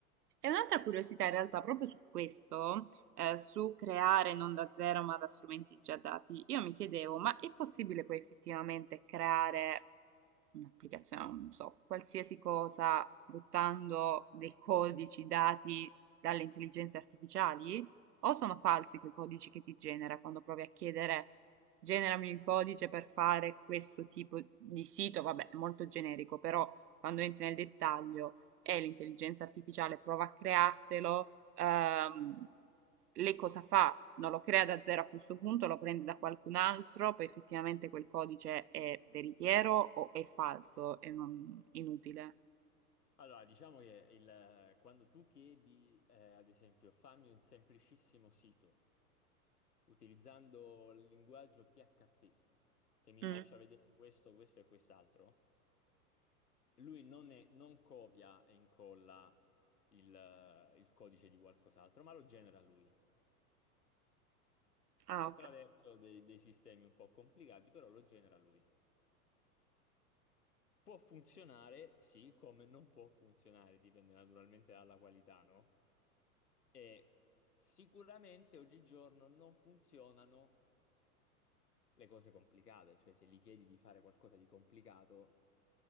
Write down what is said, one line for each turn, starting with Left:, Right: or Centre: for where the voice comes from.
Right: E un'altra curiosità in realtà proprio su questo, eh, su creare non da zero ma da strumenti già dati, io mi chiedevo, ma è possibile poi effettivamente creare un'applicazione, non so, qualsiasi cosa sfruttando dei codici dati dalle intelligenze artificiali? O sono falsi quei codici che ti genera quando provi a chiedere, generami il codice per fare questo tipo di sito? Vabbè, molto generico, però quando entri nel dettaglio e l'intelligenza artificiale prova a creartelo, ehm, lei cosa fa? Non lo crea da zero a questo punto, lo prende da qualcun altro, poi effettivamente quel codice è veritiero o è falso e non inutile.
Left: Allora, diciamo che il- quando tu chiedi, eh, ad esempio, fammi un semplicissimo sito utilizzando il linguaggio PHP che mi
Right: Mm.
Left: faccia vedere questo, questo e quest'altro, lui non, è- non copia e incolla il, eh, il codice di qualcos'altro, ma lo genera lui,
Right: Ah,
Left: attraverso
Right: ok.
Left: dei, dei sistemi un po' complicati, però lo genera lui. Può funzionare, sì, come non può funzionare, dipende naturalmente dalla qualità, no? E sicuramente oggigiorno non funzionano le cose complicate, cioè se gli chiedi di fare qualcosa di complicato,